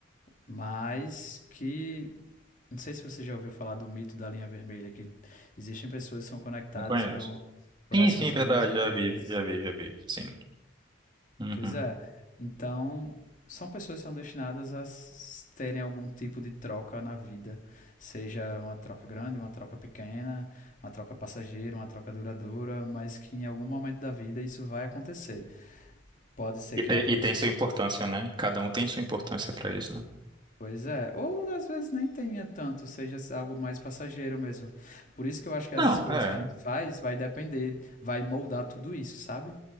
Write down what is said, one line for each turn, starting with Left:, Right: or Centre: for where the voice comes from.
Left: Mas que. Não sei se você já ouviu falar do mito da linha vermelha, que existem pessoas que são conectadas
Right: Não conheço.
Left: pelo, por
Right: Sim,
Left: essas
Right: sim,
Left: linhas
Right: verdade,
Left: vermelhas.
Right: já vi, já vi, já vi, sim. Uhum.
Left: Pois é. Então, são pessoas que são destinadas a s- terem algum tipo de troca na vida, seja uma troca grande, uma troca pequena, uma troca passageira, uma troca duradoura, mas que em algum momento da vida isso vai acontecer. Pode ser
Right: E,
Left: que
Right: te-
Left: a-
Right: e
Left: isso
Right: tem sua
Left: seja.
Right: importância, né? Cada um tem sua importância pra isso, né?
Left: Pois é, ou às vezes nem tenha tanto, seja algo mais passageiro mesmo. Por isso que eu acho que
Right: Não,
Left: as escolhas
Right: é
Left: que a gente faz vai depender, vai moldar tudo isso, sabe?